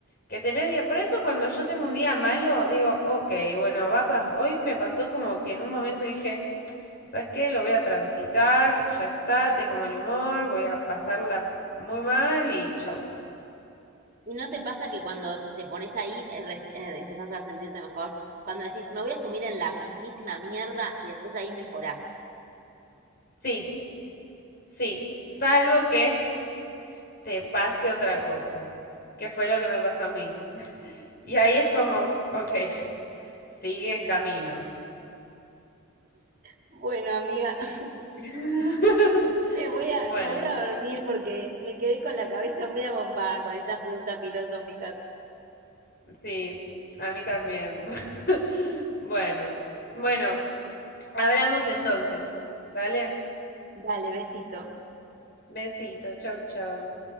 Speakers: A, on the left; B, on the right.
A: Que tenés día- Por eso cuando yo tengo un día malo, digo, ok, bueno, va a pas- Hoy me pasó como que en un momento dije, ¿sabes qué? Lo voy a transitar, ya está, tengo mal humor, voy a pasarla muy mal y chau.
B: ¿Y no te pasa que cuando te pones ahí eh, res- eh, empezás a sentirte mejor? Cuando decís, me voy a sumir en la mismísima mierda y después ahí mejorás.
A: Sí. Sí, salvo que te pase otra cosa, que fue lo que me pasó a mí. Y ahí es como, ok, sigue en camino.
B: Bueno, amiga, <laughs>
A: <laughs>
B: Me voy a,
A: Bueno,
B: me voy a dormir porque me quedé con la cabeza muy abombada con estas preguntas filosóficas.
A: sí, a mí también. <laughs> Bueno, bueno, hablamos entonces. Dale,
B: Dale, besito.
A: besito, chau, chau.